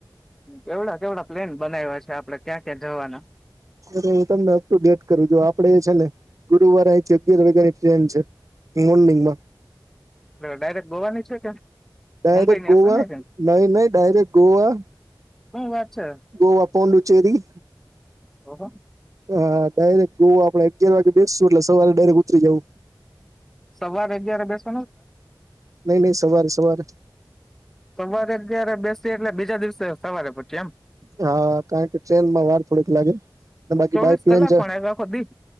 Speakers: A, in the centre; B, on the right (about 45°).
A: કેવડા કેવડા પ્લેન બનાવ્યા છે, આપડે ક્યાં ક્યાં જવાના
B: હું તમને અપ ટુ ડેટ કરું જો આપ આપણે છે, ને ગુરુવારે અહીંથી અગિયાર વાગ્યાની ટ્રેન છે, મોરનીગમાં
A: ડાયરેક્ટ ગોવાની છે કે
B: ડાયરેક્ટ
A: મુંબઈની
B: ગોવા
A: હશે ને શું
B: નહી નહી ડાયરેક્ટ ગોવા
A: વાત છે
B: ગોવા પોડુચેરી
A: અં હ
B: હા ડાયરેક્ટ જોવ આપડે અગિયાર વાગે બેસશું એટલે સવારે ડાયરેક્ટ ઉતરી જવું
A: સવારે અગિયારે બેસ
B: નહી નહી સવારે સવારે
A: સવારે અગિયારે બેસી એટલે બીજા દિવસે સવારે પછી એમ?
B: હા કારણ કે ટ્રેનમાં વાર થોડીક લાગે બાકી
A: ચોવીસ
B: બાય
A: કલાક
B: જ
A: પણ એટલે આખો દી